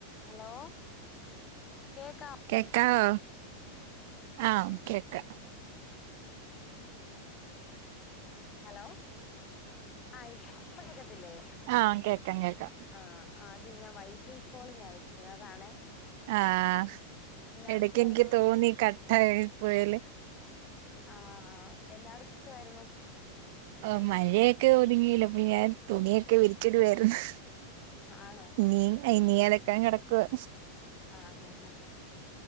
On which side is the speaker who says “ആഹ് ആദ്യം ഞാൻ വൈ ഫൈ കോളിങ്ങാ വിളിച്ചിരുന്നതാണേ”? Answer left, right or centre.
Left